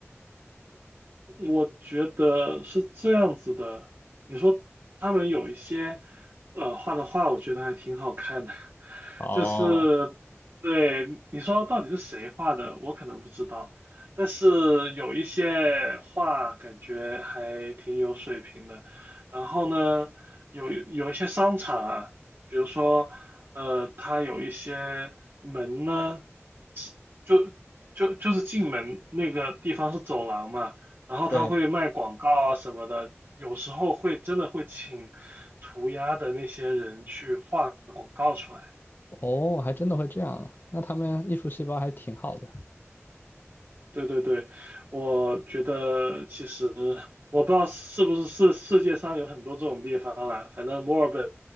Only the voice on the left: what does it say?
<laughs> 哦，
对，
哦，还真的会这样，那他们艺术细胞还挺好的。